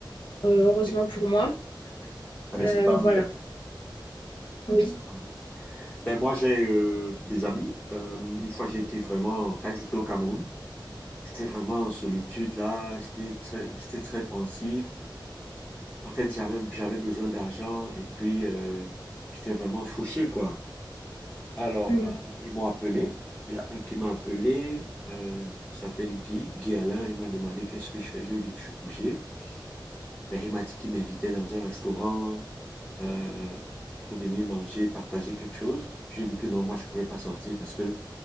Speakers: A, on the left (about 75°); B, on the left (about 15°).
A: euh, heureusement
B: ok.
A: pour moi.
B: Ah, ben,
A: Euh,
B: c'est tant
A: voilà.
B: mieux.
A: Oui.
B: Tant mieux. Ben, moi, j'ai euh, des amis. Euh, une fois, j'étais vraiment, quand j'étais au Cameroun, j'étais vraiment en solitude là. J'étais très, j'étais très pensif. En fait, j'avais, j'avais besoin d'argent et puis euh, j'étais vraiment fauché, quoi. Alors,
A: Mm.
B: euh, ils m'ont appelé. Il y a un qui m'a appelé. Euh, il s'appelle Guy. Guy Alain. Il m'a demandé qu'est-ce que je fais. Je lui ai dit que je suis couché. Ben, il m'a dit qu'il m'invitait dans un restaurant. euh, pour venir manger, partager quelque chose. Je lui ai dit que non, moi, je ne pouvais pas sortir parce que